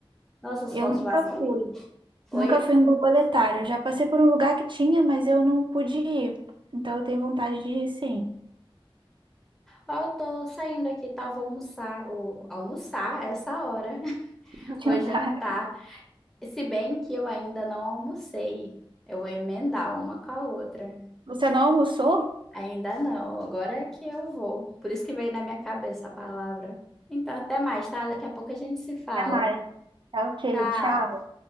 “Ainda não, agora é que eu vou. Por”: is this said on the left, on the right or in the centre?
Centre